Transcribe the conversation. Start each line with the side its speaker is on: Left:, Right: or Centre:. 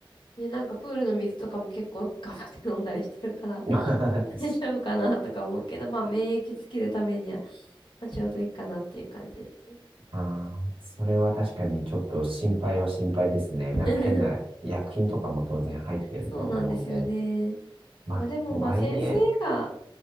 Left: ね、なんかプールの水とかも結構頑張って飲んだりしてるから
Right: <laughs>
Left: <laughs>
Right: そう
Left: 大丈夫かなとか思うけど、まあ免疫つけるためには、まあ、ちょうどいいかなっていう感じですね。
Right: ああ、それは確かにちょっと心配は心配ですね。
Left: <laughs>
Right: なんか変な薬品とかも当然入ってるとは思うんで。
Left: そうなんですよね。
Right: まあ、
Left: まあでもまあ先生が、
Right: とはいえ、